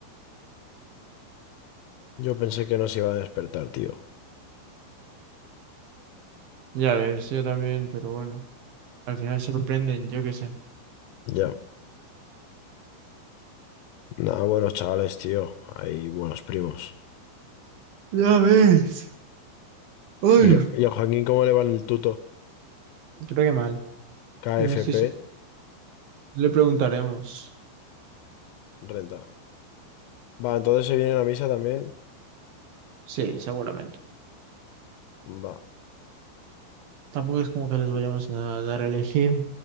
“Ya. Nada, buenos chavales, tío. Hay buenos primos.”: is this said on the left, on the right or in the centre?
Left